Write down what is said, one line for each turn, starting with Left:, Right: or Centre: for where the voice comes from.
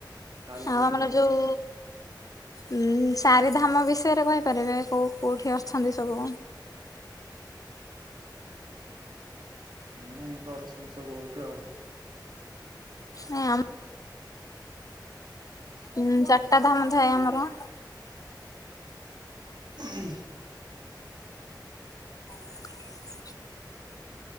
Right: କାଳିଜାଇ
Left: ଆଉ ଆମର
Right: ଏମିତି
Left: ଯୋଉ
Right: ସବୁ ଅଛି।
Left: ଉ ଚାରିଧାମ ବିଷୟରେ କହିପାରିବେ କୋଉ କୋଉଠି ଅଛନ୍ତି ସବୁ।
Right: ହୁଁ ଏମିତି ତ ଅଛନ୍ତି ସବୁ ବହୁତ ଆଉ।
Left: ନାଁଇ ଆମ ଉଁ ଚାରିଟା ଧାମ ଥାଏ ଆମର।
Right: ହ
Left: <inaudible>